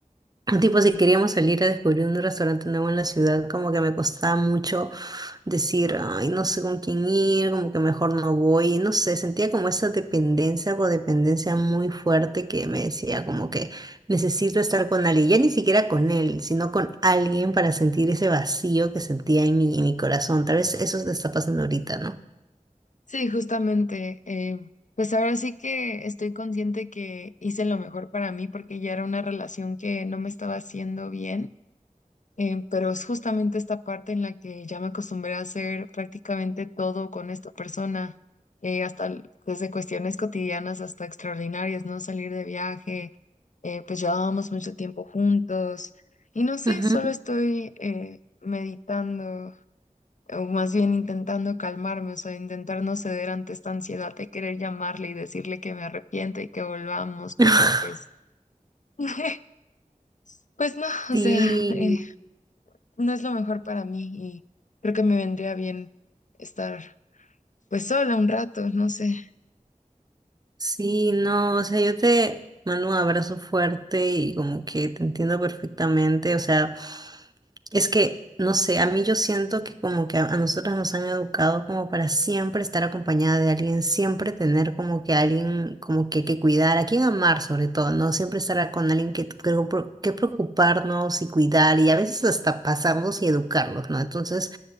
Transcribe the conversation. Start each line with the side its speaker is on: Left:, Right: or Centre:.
Right: Tipo, si queríamos salir a descubrir un restaurante nuevo en la ciudad, como que me costaba mucho decir, ay, no sé con quién ir, como que mejor no voy, no sé, sentía como esa dependencia, codependencia muy fuerte que me decía como que necesito estar con alguien, ya ni siquiera con él, sino con alguien para sentir ese vacío que sentía en mi, en mi corazón. Tal vez eso te está pasando ahorita, ¿no?
Left: Sí, justamente, eh, pues ahora sí que estoy consciente que hice lo mejor para mí porque ya era una relación que no me estaba haciendo bien, eh, pero es justamente esta parte en la que ya me acostumbré a hacer prácticamente todo con esta persona, eh, hasta l- desde cuestiones cotidianas hasta extraordinarias, ¿no? Salir de viaje, eh, pues llevábamos mucho tiempo juntos y no sé,
Right: Ujú.
Left: solo estoy eh, meditando o más bien intentando calmarme, o sea, intentar no ceder ante esta ansiedad de querer llamarle y decirle que me arrepiento y que volvamos, porque
Right: <laughs>
Left: pues, <laughs> pues no, o
Right: Sí.
Left: sea, eh, no es lo mejor para mí y creo que me vendría bien estar pues sola un rato, no sé.
Right: Sí, no, o sea, yo te mando un abrazo fuerte y como que te entiendo perfectamente, o sea, es que, no sé, a mí yo siento que como que a, a nosotras nos han educado como para siempre estar acompañada de alguien, siempre tener como que alguien como que, que cuidar, a quien amar sobre todo, ¿no? Siempre estar con alguien que, que, que preocuparnos y cuidar y a veces hasta pasarnos y educarlos, ¿no? Entonces...